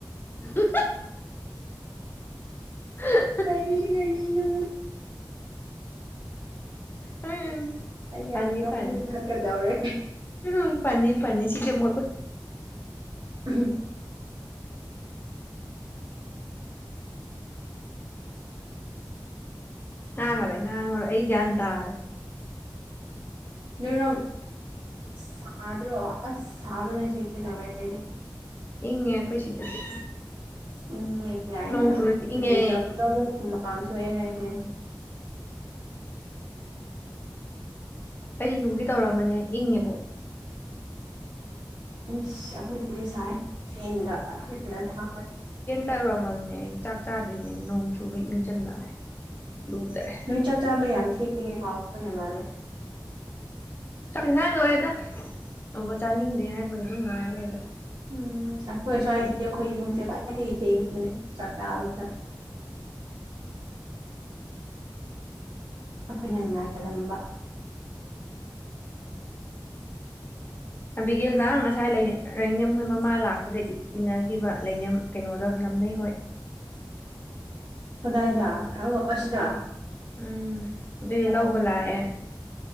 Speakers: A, on the left; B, on the right.
A: ꯎ ꯍ
B: ꯀꯔꯤ ꯀꯔꯤꯅꯨꯡ
A: ꯎꯝ
B: ꯑꯩꯅ
A: ꯐꯅꯤ
B: ꯌꯥꯝ ꯅꯣꯛꯅꯤꯡꯉꯛꯀꯗꯧꯔꯦ
A: ꯐꯅꯤ ꯎꯝ ꯄꯅꯤꯤ ꯐꯅꯤꯤ ꯁꯤꯤꯗꯤꯦ ꯃ
B: <inaudible>
A: ꯉꯥꯡꯔꯣꯏ ꯉꯥꯡꯣ ꯑꯩꯒ ꯇꯥꯔꯦ
B: ꯅꯅꯣ ꯁꯥꯗ꯭ꯔꯣ ꯑꯁ ꯁꯥꯕ ꯂꯩꯁꯤ ꯀꯩꯗꯧꯔꯦ ꯑꯩꯗꯤ
A: ꯏꯪꯉꯦ ꯑꯩꯈꯣꯏ ꯁꯤꯗꯗꯤ
B: ꯏꯟꯉꯦ ꯀꯥꯏꯅ
A: ꯅꯣꯡ ꯆꯨꯔꯗꯤ ꯏꯪꯉꯦ
B: ꯂꯨꯖꯕꯗ ꯑꯃꯨꯛꯃꯥꯡꯊꯣꯛꯑꯦ ꯍꯥꯏꯁꯦ
A: ꯑꯩꯗꯤ ꯂꯨꯒꯦ ꯇꯧꯔꯝꯕꯅꯦ ꯏꯪꯉꯦꯕꯣ
B: ꯃꯤꯁ ꯑꯩꯈꯣꯏꯒꯤ ꯁꯥꯏ ꯐꯦꯟꯒ ꯑꯩꯣꯏꯅ ꯊ
A: ꯇꯧꯔꯝꯃꯝꯅꯦ ꯑꯩ ꯆꯥꯛ ꯆꯥꯗ꯭ꯔꯤꯉꯩꯗ ꯅꯣꯡ ꯆꯨꯕ ꯏꯪꯁꯤꯜꯂꯒ ꯂꯨꯗ꯭ꯔꯦ
B: ꯅꯣꯏ ꯆꯥꯛ ꯆꯥꯕ ꯌꯥꯝ ꯊꯦꯡꯉꯤꯀꯣ ꯑꯩꯈꯣꯏꯅꯉꯜꯂ
A: ꯆꯥꯛꯅꯤꯡꯉꯥꯏ ꯂꯣꯏꯔꯦꯗ ꯑꯣꯕ ꯆꯥꯅꯤꯡꯗꯦ ꯍꯥꯏꯕꯒꯤ ꯑꯗꯨꯝ ꯉꯥꯏꯔ ꯂꯩꯕ
B: ꯎꯝ ꯑꯩꯈꯣꯏ ꯁ꯭ꯋꯥꯏꯗꯤ ꯑꯩꯈꯣꯏ ꯏꯃꯨꯡꯁꯦ ꯈ꯭ꯋꯥꯏꯗꯒꯤ ꯊꯦꯡꯕꯅꯦ ꯆꯥꯛ ꯆꯥꯕꯅꯤꯗ ꯑꯩꯈꯣꯏꯅ ꯉꯥꯜꯂꯝꯝꯕ
A: ꯑꯕꯤꯒꯦꯜꯗ ꯉꯁꯥꯏ ꯂꯅꯦꯝ ꯍꯣꯏ ꯃꯃꯥ ꯂꯥꯛꯄꯗ ꯏꯟꯅꯈꯤꯕ ꯂꯩꯅꯦꯝ ꯀꯩꯅꯣꯗꯣ ꯂꯝꯅꯩ ꯍꯣꯏ
B: ꯀꯗꯥꯏꯗ ꯑ ꯑꯁꯤ ꯑꯁꯤꯗ
A: ꯎꯝ ꯑꯗꯨꯏ
B: ꯑꯣ
A: ꯂꯧꯕ ꯂꯥꯛꯑꯦ